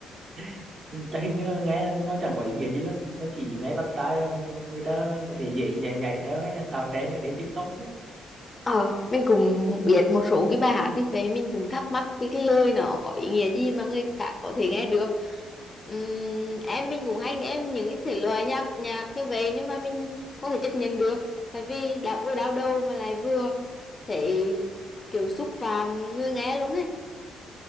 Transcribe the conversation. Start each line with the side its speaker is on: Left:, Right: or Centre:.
Right: <laughs> chắc hình như là nghe nó chẳng có ý nghĩa gì luôn nó chỉ nghe bắt tai và người ta có thể dễ nhảy nhảy theo hay là tạo trend ở trên TikTok đấy
Left: Ờ, mình cũng biết một số cái bài hát như vậy mình cũng thắc mắc cái, cái lời nó có ý nghĩa gì mà người khác có thể nghe được Ừm, em mình cũng hay nghe những cái thể loại nhạc nhạc như vậy nhưng mà mình không thể chấp nhận được tại vì đã vừa đau đầu mà lại vừa thấy kiểu xúc phạm người nghe luôn ấy